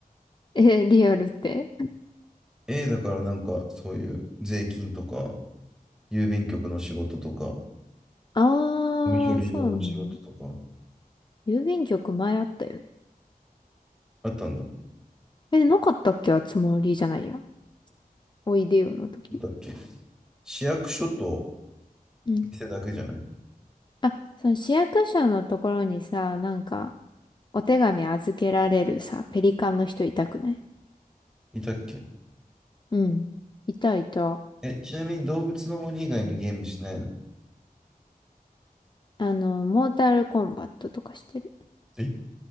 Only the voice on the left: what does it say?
え、リアルって。
あー、
そうね。郵便局前あったよね。
え、なかったっけあつ森じゃないや。おいでよの時。
うん。
あ、その市役所のところにさ、なんか、お手紙預けられるさ、ペリカンの人いたくない
うん。いたいた。
あの、モータルコンバットとかしてる。